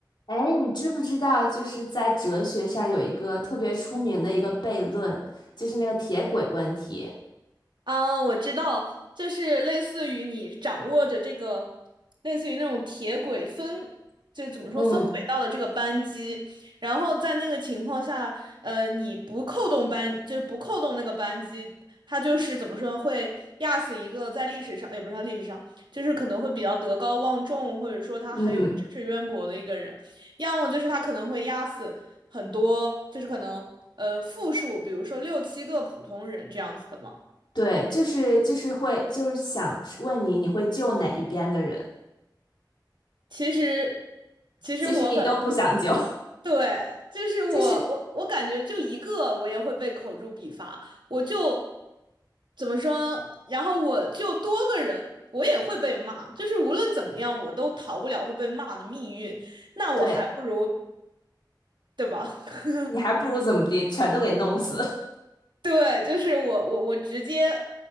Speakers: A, on the left; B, on the right.
A: 哎，你知不知道，就是在哲学上有一个特别出名的一个悖论，就是那个铁轨问题。
B: 啊，我知道，就是类似于你掌握着这个，类似于那种铁轨分，就怎么说分轨道的这个扳机，
A: 嗯
B: 然后在那个情况下，呃，你不扣动扳，就是不扣动那个扳机，他就是怎么说会压死一个在历史上，也不是历史上，就是可能会比较德高望重，或者说他很有知识渊博的一个人，
A: 嗯，
B: 要么就是他可能会压死很多，就是可能呃复数，比如说六七个普通人这样子的嘛。
A: 对，就是就是会就是想问你，你会救哪一边的人？
B: 其实，其实我很，
A: 其实你都不想救，
B: 对，就是我我我感觉就一个我也会被口诛笔伐，
A: <laughs> 就是
B: 我就怎么说呢？然后我就多个人，我也会被骂，就是无论怎么样，我都逃不了会被骂的命运，那我还不如，
A: 对
B: 对吧？<laughs>
A: 你还不如怎么地，全都给弄死。<laughs>
B: 对，就是我我我直接。